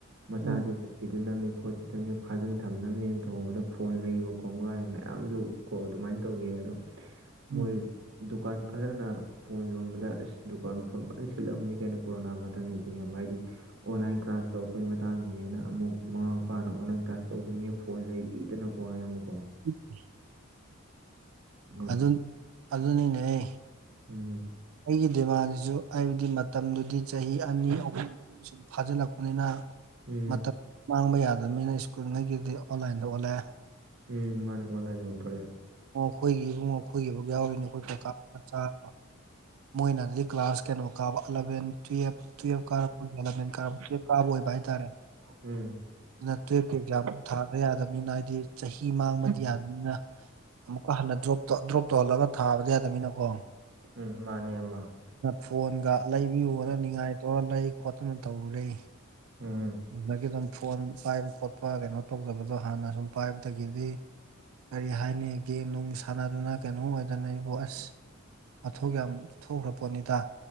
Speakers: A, on the right; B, on the right.
A: ꯃꯆꯥꯖꯦ
B: ꯎꯝ
A: ꯆꯠꯈꯤꯗꯅꯃꯦ ꯈꯣꯠ ꯈꯤꯇꯪꯅꯦ ꯐꯥꯖꯤꯟ ꯊꯝꯅꯕꯅꯦꯅ ꯇꯧꯕꯗ ꯐꯣꯟ ꯂꯩꯕ ꯀꯣꯡꯒꯥꯏ ꯃꯌꯥꯝꯖꯨ ꯀꯣ ꯑꯗꯨꯃꯥꯏꯅ ꯇꯧꯒꯤꯌꯦ ꯑꯗꯣ
B: ꯎꯝ
A: ꯃꯣꯏ ꯗꯨꯀꯥꯟ ꯈꯔꯅ ꯐꯣꯟ ꯌꯣꯟꯕꯗ ꯑꯁ ꯗꯨꯀꯥꯟ ꯐꯣꯟ ꯐꯅ ꯁꯤꯠꯂꯝꯅꯤ ꯀꯩꯅꯣ ꯀꯣꯔꯣꯅꯥ ꯃꯇꯝꯒꯤꯗꯤ ꯏꯌꯥꯝꯕ ꯍꯥꯏꯗꯤ ꯑꯣꯟꯂꯥꯏꯟ ꯀ꯭ꯂꯥꯁ ꯇꯧꯔꯛꯄꯩ ꯃꯇꯥꯡꯒꯤꯅꯦꯅ ꯑꯃꯨꯛ ꯃꯃꯥ ꯃꯄꯥꯅ ꯑꯣꯟꯂꯥꯏꯟ ꯀ꯭ꯂꯥꯁ ꯇꯧꯕꯩꯅꯦ ꯐꯣꯟ ꯂꯩꯕꯤꯗꯅ ꯀꯣ ꯏꯌꯥꯝꯕ ꯀꯣ
B: <inaudible>
A: ꯎꯝ
B: ꯑꯗꯨꯟ ꯑꯗꯨꯅꯤꯅꯦꯍꯦ
A: ꯎꯝ ꯎꯝ
B: ꯑꯩꯒꯤ ꯗꯤꯃꯥꯟꯖꯤꯖꯨ ꯍꯥꯏꯕꯗꯤ ꯃꯇꯝꯗꯨꯗꯤ ꯆꯍꯤ ꯑꯅꯤ ꯑꯍꯨꯝ ꯐꯥꯖꯤꯜꯂꯛꯄꯅꯤꯅ
A: ꯎꯝ
B: ꯃꯇꯝ ꯃꯥꯡꯕ ꯌꯥꯗꯕꯅꯤꯅ ꯁ꯭ꯀꯨꯜꯉꯩꯒꯤꯗꯤ ꯑꯣꯟꯂꯥꯏꯟꯗ ꯑꯣꯜꯂꯑꯦ
A: ꯎꯝ ꯃꯥꯅꯦ ꯑꯣꯟꯂꯥꯏꯟꯗ ꯑꯣꯟꯊꯣꯔꯛꯑꯦ
B: ꯑꯩꯈꯣꯏꯒꯤ ꯏꯕꯨꯡꯉꯣ ꯑꯩꯈꯣꯏꯒꯤ ꯕꯧ ꯌꯥꯎꯔꯤꯅꯦ ꯑꯩꯈꯣꯏ ꯀꯀꯥ ꯃꯆꯥ ꯑꯃ ꯃꯣꯏꯅꯗꯤ ꯀ꯭ꯂꯥꯁ ꯀꯩꯅꯣ ꯀꯥꯕ ꯑꯂꯚꯦꯟ ꯇꯨꯌꯦꯜꯞ ꯇꯨꯌꯦꯜꯞ ꯀꯥꯔꯛ ꯑꯩꯈꯣꯏꯒꯤ ꯏꯂꯚꯦꯟ ꯀꯥꯕ ꯇꯨꯌꯦꯜꯞ ꯀꯥꯕ ꯑꯣꯏꯕ ꯍꯥꯏꯇꯥꯔꯦ
A: ꯎꯝ
B: ꯑꯗꯨꯅ ꯇꯨꯌꯦꯜꯞꯀꯤ ꯑꯦꯛꯖꯥꯝ ꯊꯥꯗ ꯌꯥꯗꯕꯅꯤꯅ ꯍꯥꯏꯗꯤ ꯆꯍꯤ ꯃꯥꯡꯕꯗꯤ ꯌꯥꯗꯕꯅꯤꯅ ꯑꯃꯨꯛꯀ ꯍꯟꯅ ꯗ꯭ꯔꯣꯞ ꯇꯧ ꯗ꯭ꯔꯣꯞ ꯇꯧꯍꯜꯂꯒ ꯊꯥꯕꯗꯤ ꯌꯥꯗꯝꯅꯤꯅꯀꯣ
A: ꯎꯝ ꯃꯥꯅꯦ ꯏꯌꯥꯝꯃ
B: ꯐꯣꯟꯒ ꯂꯩꯕꯤꯌꯨꯅ ꯅꯤꯡꯉꯥꯏꯇꯧꯔ ꯂꯩ ꯈꯣꯠꯇꯨꯅ ꯇꯧꯔꯨꯔꯦ
A: ꯎꯝ
B: ꯑꯗꯒꯤ ꯑꯗꯨꯝ ꯐꯣꯟ ꯄꯥꯏꯕ ꯈꯣꯠꯄ ꯀꯩꯅꯣ ꯇꯧꯖꯕꯗꯣ ꯍꯥꯟꯅ ꯁꯨꯝ ꯄꯥꯏꯕꯗꯒꯤꯗꯤ ꯀꯔꯤ ꯍꯥꯏꯅꯤ ꯒꯦꯝ ꯅꯨꯡ ꯁꯥꯟꯅꯗꯨꯅ ꯀꯩꯅꯣ ꯑꯣꯏꯗꯅ ꯏꯕꯣ ꯑꯁ ꯋꯥꯊꯣꯛ ꯌꯥꯝ ꯊꯣꯛꯈ꯭ꯔ ꯄꯣꯠꯅꯤꯗ